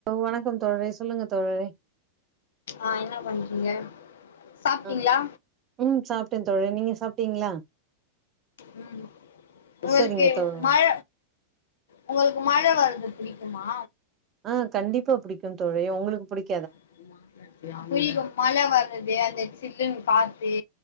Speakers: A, on the right; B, on the left.
A: வணக்கம் தோழரே சொல்லுங்க தோழரே
B: ஆ என்னா பண்றீங்க சாப்ட்டீங்களா
A: அ ம் சாப்ட்டே தோழர நீங்க சாப்ட்டீங்களா
B: உம் உங்களுக்கு
A: சரிங்க தோழரே
B: மழ உங்களுக்கு மழ வரு து பிடிக்குமா
A: ஆ கண்டிப்பா புடிக்கும் தோழி உங்களுக்கு புடிக்
B: <unintelligible> மழ வருது அந்த சில்லுன்னு காத் து